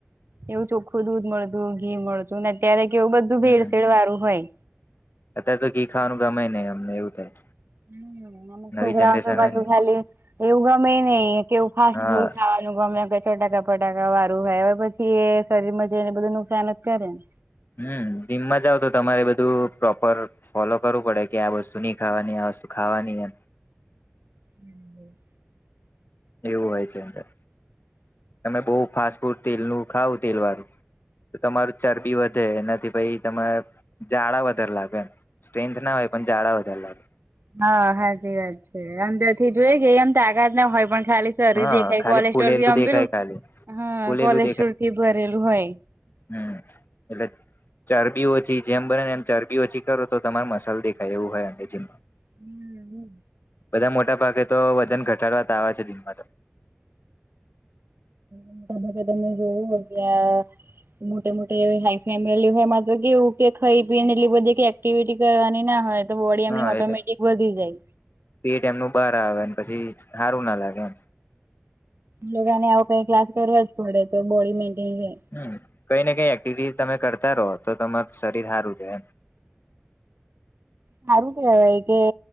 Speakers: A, on the right (about 70°); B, on the left (about 55°).
A: એવું ચોખ્ખું દૂધ મળતું ઘી મળ તું ને અત્યારે કેવું બધું
B: હમ
A: ભેડસેેળ વાળું હોય.
B: અત્યારે તો ઘી ખાવાનું ગમે નઈ અમને એવું થાય
A: હમ અને
B: નવી
A: છોકરાઓ
B: જનરેશન
A: તો પાછું
B: હોય ને
A: ખાલી એવું ગમે નઈ કેઉં ફાસ્ટ
B: હા
A: ફૂડ ખાવાનું ગમે ચટાકા ફટાકા વારું આવ્યા પછી એ શરીરમાં જઈને બધું નુકસાન જ કરે ને
B: હમ્મ જીમમાં જાવ તો તમારે બધું પ્રોપર ફોલો કરવું પડે કે આ વસ્તુ નહી ખાવાની આ વસ્તુ ખાવાની એમ
A: હમ
B: એવું હોય છે અંદર તમે બહ ફાસ્ટ ફૂડ તેલનું ખાવ તેલ વાળું તો તમારું ચરબી વધે એનાથી પાઈ તરે જાડા વધારે લાગે. સ્ટ્રેન્થ ના હોય પણ જાડા વધાર લાગે
A: હા હાચી વાત છે આમ તેથી જોઈ કે એમ તાકાત ના હોય પણ ખાલી શરીર
B: હા
A: દેખાય
B: ખાલી
A: કોલેસ્ટોલ
B: ફૂલેલું
A: ભી આમ
B: દેખાય
A: પેલું
B: ખાલી
A: હા
B: ફૂલેલું
A: કોલેસ્ટોલ થી ભરેલું હોય
B: હમ્મ એટલે ચરબી ઓછી જેમ બનેને એમ ચરબી ઓછી કરો તો તમાર મસાલ દેખાય એવું હોય આ જીમમાં
A: હમ્મ
B: બધા મોટા ભાગે તો વજન ઘટાડવા તો આવે છે જિમમાં તો <inaudible>
A: <unintelligible> તમને જોવું હોગ્યા મોટે મોટે હાઈ ફેમિલી હોય માત્ર કેઉ કે ખાઈ પીને એટલી બધી કઈ એક્ટિવિટી કરવાની ના હોય તો બોડી એમની
B: હા
A: ઓટોમેટિક
B: એટલે
A: વધી જાય
B: પેટ એમનું બહાર આવેને પછી સારું ના લાગે એમ.
A: લોકો એને આવ કઈ ક્લાસ કરવા જ પડે તો બોડી મેન્ટેન રે.
B: હમ કઈ ને કઈ એક્ટિવિટી તમે કરતા રહો તો તમારું શરીર સારું એમ. <inaudible>
A: સારું કેવાય કે.